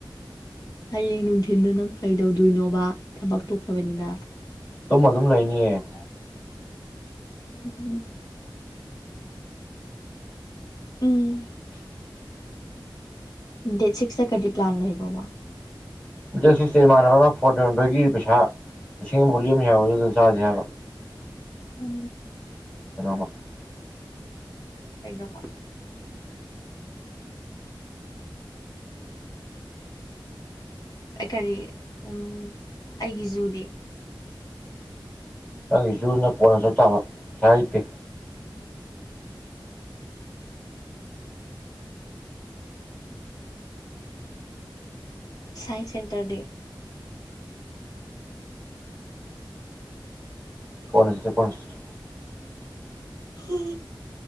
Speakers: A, on the left (about 50°); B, on the left (about 15°).
A: ꯍꯌꯦꯡ ꯅꯨꯡꯊꯤꯟꯗꯣ ꯅꯪ ꯀꯩꯗꯧꯗꯨꯏꯅꯣꯕ ꯊꯕꯛ ꯇꯣꯛꯈ꯭ꯔꯕꯅꯤꯅ
B: ꯇꯨꯝꯃ ꯑꯗꯨꯝ ꯂꯩꯅꯤꯌꯦ
A: <inaudible> ꯎꯝ ꯗꯦꯠ ꯁꯤꯛꯁ ꯇ ꯀꯔꯤ ꯄ꯭ꯂꯥꯟ ꯂꯩꯕꯔꯣꯕ
B: ꯗꯦꯠ ꯁꯤꯛꯁꯦ ꯏꯃꯥꯟꯅꯕꯃ ꯐꯣꯟ ꯌꯣꯟꯕꯒꯤ ꯄꯩꯁꯥ ꯂꯤꯁꯤꯡ ꯑꯃꯃꯨꯛ ꯂꯦꯝꯅꯤ ꯍꯥꯏꯕ ꯑꯗꯨꯏ ꯆꯖꯦ ꯍꯥꯏꯕ
A: ꯎꯝ
B: <inaudible>
A: ꯀꯩꯅꯣꯕ ꯑꯩꯀꯔꯤ ꯎ ꯑꯩꯒꯤ ꯖꯨꯗꯤ
B: ꯅꯪꯒꯤ ꯖꯨꯗꯨꯅ ꯀꯣꯟ ꯆꯠ ꯇꯥꯕ ꯄꯩꯁꯥ ꯂꯩꯇꯦ
A: ꯁꯥꯏꯟꯁ ꯁꯦꯟꯇꯔꯗꯤ
B: ꯀꯣꯟꯅ ꯆꯠꯁꯦ ꯀꯣꯟꯅ ꯆꯠꯁꯦ
A: ꯍꯨ